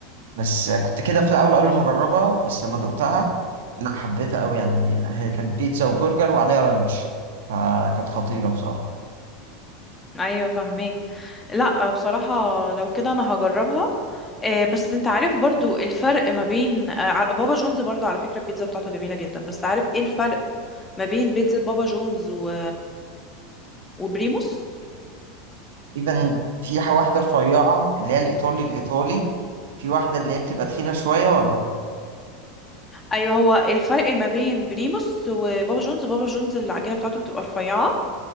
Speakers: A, on the right (about 70°); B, on the left (about 15°).
A: بس كنت كده في الأول قبل ما أجربها بس لما دقتها لا حبيتها قوي يعني هي كانت بيتزا وبرجر وعليها رانش فكانت خطيرة بصراحة
B: ايوه فاهمك لا بصراحة لو كده انا هجربها آه، بس انت عارف برضو الفرق ما بين آه، ع- بابا جونز برضو على فكرة البيتزا بتاعته جميلة جدا بس عارف ايه الفرق ما بين بيتزا بابا جونز و... وبريموس
A: تقريبا في واحدة رفيعة اللي هي الإيطالي الإيطالي في واحدة اللي هي بتبقى تخينة شوية ولا
B: ايوه هو الفرق ما بين بريموس وبابا جونز بابا جونز العجينه بتاعته بتبقى رفيعه